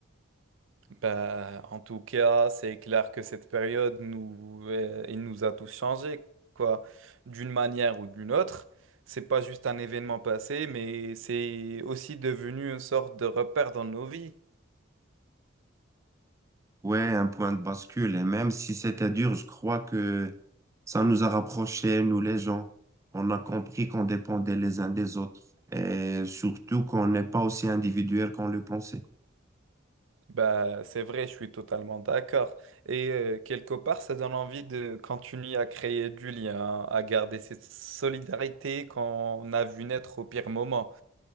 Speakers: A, on the right; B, on the right.
A: Bah, en tout cas, c'est clair que cette période nous, euh, elle nous a tous changés, quoi, d'une manière ou d'une autre. C'est pas juste un événement passé, mais c'est aussi devenu une sorte de repère dans nos vies.
B: Ouais, un point de bascule. Et même si c'était dur, je crois que ça nous a rapprochés, nous les gens. On a compris qu'on dépendait les uns des autres et surtout qu'on n'est pas aussi individuel qu'on le pensait.
A: Bah, c'est vrai, je suis totalement d'accord. Et euh, quelque part, ça donne envie de continuer à créer du lien, à garder cette solidarité qu'on a vu naître au pire moment.